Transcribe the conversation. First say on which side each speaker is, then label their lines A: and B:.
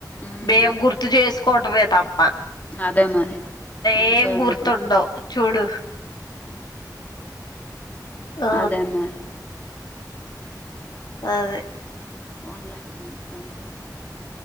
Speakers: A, on the left; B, on the left.
A: ఉమ్
B: మేము గుర్తు చేసుకోవటమే తాప్
A: అదే మరి ఇంకెందుకు
B: ఏం గుర్తుండవ్ చూడు ఆ
A: అదే మరి
B: అదే
A: పోన్లే మంచి పన్ చేసావ్